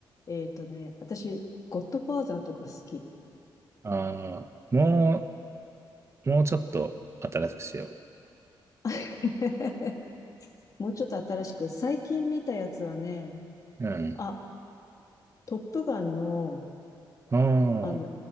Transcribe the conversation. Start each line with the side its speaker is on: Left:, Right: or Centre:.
Left: えっとね、私、ゴッドファーザーとか好き。
Right: ああ、もう、もうちょっと新しくしよ
Left: <laughs> もうちょっと新しく、最近見たやつはね、
Right: う。<laughs> うん。
Left: あ、トップガンの、
Right: あ
Left: あの、